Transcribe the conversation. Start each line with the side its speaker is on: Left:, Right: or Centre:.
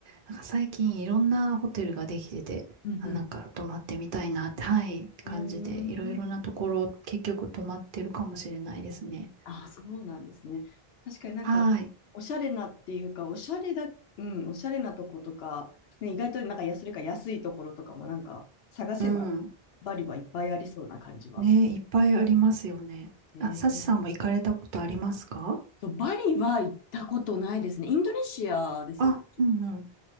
Right: なんか最近いろんなホテルができてて、
Left: うんうん。
Right: あ、なんか泊まってみたいなって、はい、
Left: うーん。
Right: 感じで、いろいろなところ、結局泊まってるかもしれないですね。
Left: あ、そうなんですね。確かになんか、
Right: はい。
Left: おしゃれなっていうか、おしゃれだ、うん、おしゃれなとことか、ね、意外となんか安それか安いところとかもなんか探せば、
Right: うん。
Left: バリはいっぱいありそうな感じは。
Right: ね、いっぱいありますよね。
Left: えー
Right: あ、サチさんも行かれたことありますか
Left: と、バリは行ったことないですね。インドネシアですよね。
Right: あ、うんうん。